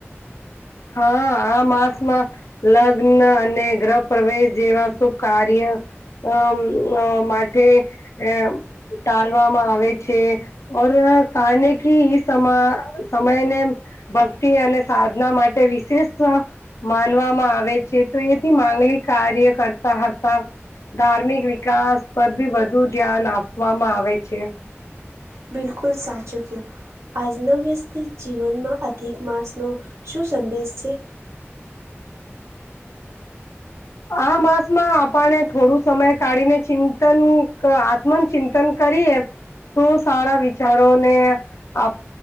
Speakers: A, on the left; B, on the right.
A: હા આ માસમાં લગ્ન અને ગ્રહ પ્રવેશ જેવા શુભ કાર્ય અમ અ માટે એ ટાલવામાં આવે છે. ઓર કારને કી ઈ સમા સમયને ભક્તિ અને સાધના માટ તે વિશેષસ્વા માનવામાં આવે છે તો એથી માંગલિક કાર્ય કરતા હતા. ધાર્મિક વિકાસ પર બી વધુ ધ્યાન આપવામાં આવે છે.
B: બિલકુલ સાચું કયુ આજના વ્યસ્ત જીવનમાં અધિક માસ નો શું સંદેશ છે.
A: આ માસમાં આપણે થોડું સમય કાઢીને ચિંતન આત્મન ચિંતન કરીએ તો સારા વિચારોને આપ